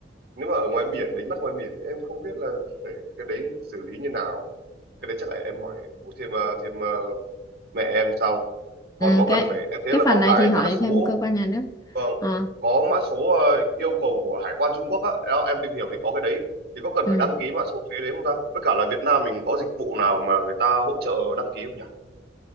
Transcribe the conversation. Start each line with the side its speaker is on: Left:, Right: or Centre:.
Right: nếu mà ở ngoài biển đánh bắt ngoài biển thì em không biết là phải cái đấy xử lý như nào. Cái đấy chắc là em hỏi bố thêm ờ, thêm ờ, mẹ em xong còn
Left: Ừ,
Right: có
Left: cái
Right: cần phải em thấy
Left: cái
Right: là
Left: phần
Right: có
Left: này
Right: cái
Left: thì hỏi
Right: mã số
Left: thêm cơ quan nhà nước.
Right: vâng
Left: Ờ,
Right: có mã số ờ, yêu cầu của hải quan Trung Quốc á Đó, em tìm hiểu thì có cái đấy thì có cần
Left: ừ.
Right: phải đăng ký mã số thuế đấy không ta với cả là Việt Nam mình có dịch vụ nào mà người ta hỗ trợ đăng ký không nhỉ